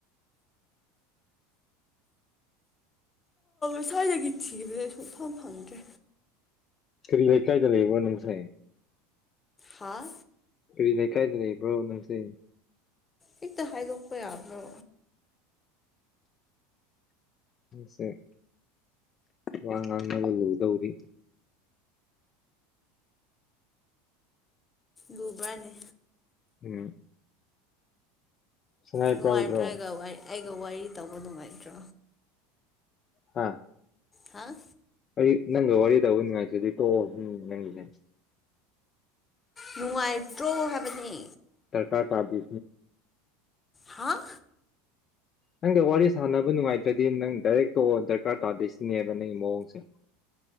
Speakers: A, on the left; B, on the left.
A: ꯏꯁꯥꯗꯒꯤ ꯊꯤꯕꯗꯦ ꯑꯩ ꯁꯨꯡꯐꯝ ꯐꯪꯗ꯭ꯔꯦ
B: ꯀꯔꯤ ꯂꯩ ꯀꯥꯏꯗ ꯂꯩꯕꯣ ꯅꯅꯨꯡꯁꯥꯏ
A: ꯍꯥꯥ
B: ꯀ ꯂꯩꯀꯥꯏꯗ ꯂꯩꯕ꯭ꯔꯣ ꯅꯁ
A: ꯍꯤꯛꯇ ꯍꯥꯏꯗꯣꯛꯄ ꯌꯥꯕ꯭ꯔꯣ
B: ꯁꯦ ꯋꯥ ꯉ ꯉꯥꯡꯅꯒ ꯂꯗꯧꯔꯤ
A: ꯂꯨꯕ꯭ꯔꯅꯤ
B: ꯎꯝ ꯁꯉꯥꯏ
A: ꯅꯨꯡꯉꯥꯏꯇ꯭ꯔꯥ
B: ꯄ꯭ꯔꯥꯎꯗ꯭ꯔꯣ
A: ꯑꯩꯒ ꯑꯩꯒ ꯋꯥꯔꯤ ꯇꯧꯕ ꯅꯨꯡꯉꯥꯏꯇ꯭ꯔꯣ
B: ꯍꯥꯥ
A: ꯍꯥꯥ
B: ꯑꯩ ꯅꯪꯒ ꯋꯥꯔꯤ ꯇꯧꯕ ꯅꯨꯡꯉꯥꯏꯁꯤꯗꯤ ꯄꯣꯛꯑꯣ ꯍꯧ ꯅꯪꯒꯤꯁꯦ
A: ꯅꯨꯡꯉꯥꯏꯇ꯭ꯔꯣ ꯍꯥꯏꯕꯅꯤ
B: ꯁꯔꯀ ꯄꯥꯁꯁꯤ
A: ꯍꯥꯥ
B: ꯅꯪꯒ ꯋꯥꯔꯤ ꯁꯥꯟꯅꯕ ꯅꯨꯡꯉꯥꯏꯇ꯭ꯔꯗꯤ ꯅꯪ ꯗꯥꯏꯔꯦꯛ ꯇꯣ ꯗꯔꯀꯥꯔ ꯇꯥꯗꯣꯏꯁꯤꯅꯦꯕ ꯅꯪꯒꯤ ꯃꯑꯣꯡꯁꯦ